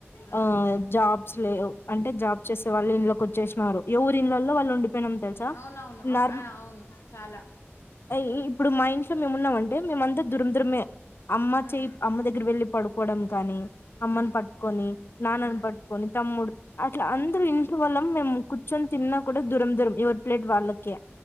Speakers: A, on the left; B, on the left.
A: ఉమ్.
B: ఆ జాబ్స్ లెవ్ అంటే జాబ్ చేసే వాళ్ళు ఇల్లు. వచ్చేసినారు ఏవారిళ్ళలో వాళ్ళు ఉండిపోయినాం తెలుసా
A: అవునవును అప్-
B: నర్.
A: ఆ, అవును చాలా
B: అయి ఇప్పుడు మా ఇంట్లో మేము ఉన్నామంటే మేమంతా దురం దురమే. అమ్మ
A: ఉమ్,
B: చెయి అమ్మ దగ్గర వెళ్ళి పడుకోవడం కాని అమ్మను
A: ఉమ్,
B: పట్టుకొని నాన్నని
A: ఉమ్,
B: పట్టుకొని తమ్ముడు. అట్లా అందరు ఇంట్లో వాల్లం మేము కూర్చొని తిన్నా కూడా దూరం దూరం ఎవరు. ప్లెట్ వాళ్ళకే